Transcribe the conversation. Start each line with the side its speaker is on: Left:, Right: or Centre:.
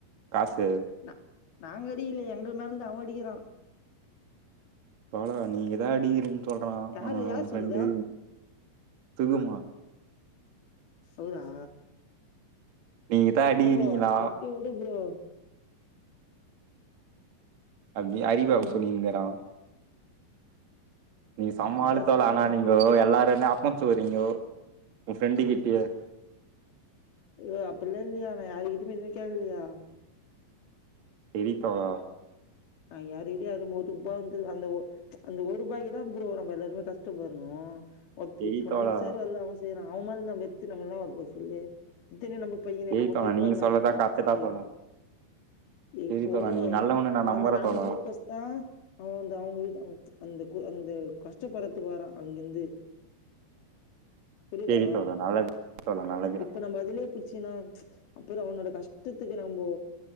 Right: காசு
Left: நா நாங்க அடிக்கிலயே எங்க மேல தா அவங் அடிக்கிறா
Right: தோழா நீங்கதா அடிக்கிறீங் சொல்றா
Left: யாரு
Right: அவ
Left: யார்
Right: ஃப்ரெண்டு
Left: சொன்னது?
Right: <unintelligible>
Left: சொல்தா
Right: நீங்கதா
Left: <unintelligible>
Right: அடிக்கிறீங்களா
Left: உடு ப்ரோ
Right: அப்டி அறிவு அப்டி
Left: ம்.
Right: சொன்னிங்க்குறா நீங்க சம்ம
Left: அதான்
Right: ஆளு தோழா
Left: சொல்லியிருந்தா.
Right: ஆனா நீங்கோ எல்லாரு ஏ <unintelligible> வரீங்கோ உங் ஃப்ரெண்டு கிட்டயே
Left: யோ அப்பில்லா இல்லையா நா யாருகிட்டிமே எதுமே கேக்கலையா
Right: செரி தோழா
Left: ஆ யாரு கிட்டே <unintelligible> ஒரு ஒதுபா வந்து அந் அந்த ஒரு ரூபாய்க்கு தா ப்ரோ நம்ம எல்லாருமே கஷ்டப்பட்ரோ ஒத்
Right: செரி
Left: இப்போ
Right: தோழா
Left: நம்ம செய்ற வேல தா அவ செய்றா அவன் மேல் நா வெத்து நம்ம என்னா வரு போது சொல்லு இத்தி நம்ம பையனே
Right: செரி
Left: நம்ம
Right: தோழா
Left: பையன்
Right: நீங்க
Left: <unintelligible>
Right: சொல்றதா கரெக்ட்டுதா
Left: சொல்லு
Right: தோழா
Left: இப்போ
Right: செரி தோழா நீங்க நல்லவன்னு
Left: அவ
Right: நா நம்புறே
Left: அந்த நானூறுபாயிக்கு
Right: தோழா
Left: ஒஸ்தா அவ அந்த அவ உயிர் தா ம்ச் அந்த கூ அந்த கஷ்டப்படுறதுக்கு வரா அங்கிருந்து. புரியுதா
Right: செரி தோழா நல்லது தோழா நல்லது
Left: இப்ப நம்ம அதுலையே புச்சுனா ம்ச் புறோ அவனோட கஷ்டத்துக்கு நம்போ